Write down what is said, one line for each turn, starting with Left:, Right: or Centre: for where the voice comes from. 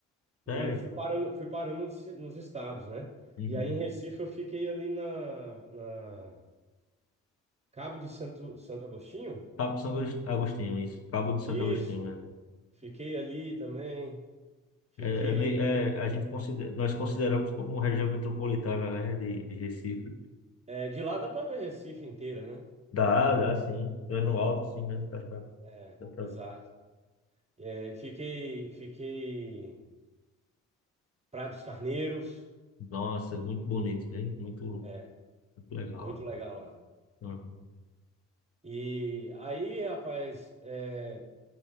Right: Mas
Left: Sério?
Right: eu fui parando, fui parando nos, nos estados, né?
Left: Uhum.
Right: E aí em Recife eu fiquei ali na, na Cabo de Santo, Santo Agostinho.
Left: Cabo de São Agus- Agostinho, isso. Cabo de Santo
Right: Isso,
Left: Agostinho, né?
Right: fiquei ali também. Fiquei.
Left: É, é meio- é, a gente considera, nós consideramos como região metropolitana, né, de, de Recife.
Right: é, de lá dá para ver Recife inteira, né?
Left: Dá, dá sim. É no alto, sim, mesmo. Dá pra,
Right: É,
Left: dá pra...
Right: exato.
Left: ver.
Right: É, fiquei, fiquei Praia dos Carneiros.
Left: Nossa, muito bonito, hein? Muito,
Right: É,
Left: muito legal.
Right: muito legal lá.
Left: né? Uhum.
Right: E aí, rapaz, é,